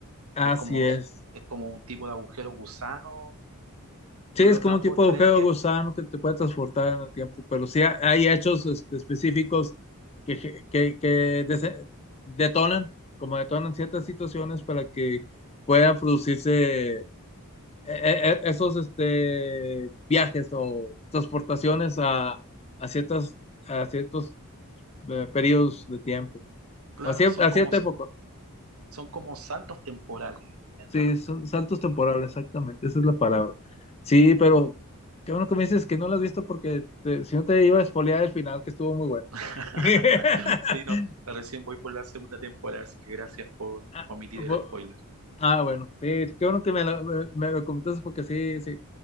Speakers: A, on the left (about 30°); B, on the right (about 75°).
A: así
B: Es como,
A: es.
B: es como un tipo de agujero gusano
A: Sí,
B: que
A: es
B: lo
A: como
B: transporta
A: un tipo de agujero
B: en el tiempo.
A: de gusano que te puede transportar en el tiempo, pero sí ha- hay hechos este, específicos que, ge- que, que dese- detonan, como detonan ciertas situaciones para que pueda producirse eh, esos este, viajes o transportaciones a, a ciertas, a ciertos eh, periodos de tiempo,
B: Claro,
A: a, cier-
B: son
A: a
B: como,
A: cierta época.
B: son como saltos temporales en
A: Sí,
B: realidad.
A: son saltos temporales, exactamente, esa es la palabra. Sí, pero qué bueno que me dices que no lo has visto porque te- si no te iba a espolear el final, que estuvo muy bueno.
B: <laughs>
A: <laughs>
B: Sí, no, recién voy por la segunda temporada, así que gracias por
A: Ah,
B: omitir
A: bu-
B: el spoiler.
A: ah, bueno, sí, qué bueno que me lo, me- me lo comentaste porque sí, sí,